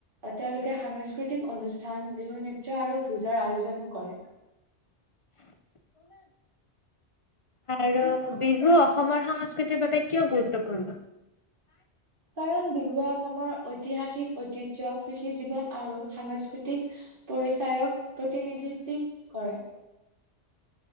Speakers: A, on the right; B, on the left.
A: তেওঁলোকে সাংস্কৃতিক অনুষ্ঠান বিহু নৃট্য আৰু ভোজৰ আয়োজনো কৰে
B: আৰু বিহু অসমৰ সংস্কৃতিৰ বাবে কিয় গুৰুত্বপূৰ্ণ
A: কাৰণ বিহুৱে অসমৰ ঐতিহাসিক ঐতিহ্য কৃষি জীৱী জন আৰু সাংস্কৃতিক পৰিচায়ক প্ৰতিনিধিত্বীক কৰে